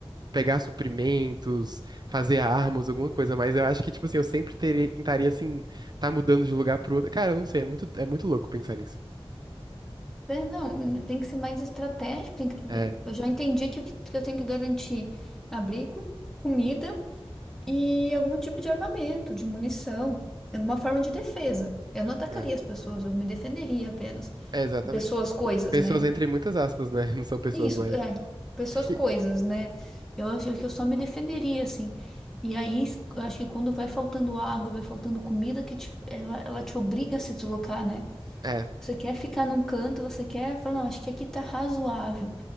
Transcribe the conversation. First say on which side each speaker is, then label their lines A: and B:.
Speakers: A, on the right (about 45°); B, in the centre.
A: pegar suprimentos, fazer armas, alguma coisa. Mas eu acho que, tipo assim, eu sempre teria, tentaria, assim, tá mudando de lugar pro outro. Cara, eu não sei, é muito, é muito louco pensar nisso.
B: É, não, tem que ser mais estratégico, tem que,
A: É,
B: eu já entendi que, o que, que eu tenho que garantir abrigo, comida e algum tipo de armamento, de munição, alguma forma de defesa. Eu não atacaria
A: é,
B: as pessoas, eu me defenderia apenas.
A: é exatamente.
B: Pessoas, coisas,
A: Pessoas
B: né?
A: entre muitas aspas, né? <laughs> Não são pessoas
B: Isso,
A: mais.
B: é, pessoas,
A: E-
B: coisas, né? Eu acho que eu só me defenderia, assim. E aí, eu acho que quando vai faltando água, vai faltando comida, que te- ela, ela te obriga a se deslocar, né?
A: é,
B: Você quer ficar num canto, você quer falar, não, acho que aqui tá razoável.